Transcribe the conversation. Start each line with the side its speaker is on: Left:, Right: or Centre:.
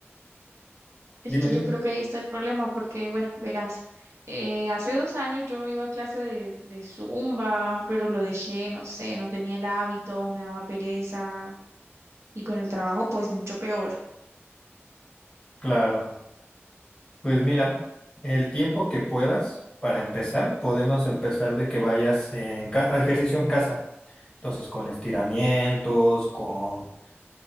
Right: Es
Left: Dime,
Right: que
Left: dime.
Right: yo creo que ahí está el problema, porque, bueno, verás, eh, hace dos años yo iba a clase de, de Zumba, pero lo dejé, no sé, no tenía el hábito, me daba pereza, y con el trabajo, pues mucho peor.
Left: Claro. Pues mira, el tiempo que puedas para empezar, podemos empezar de que vayas en ca- a ejercicio en casa. Entonces, con estiramientos, con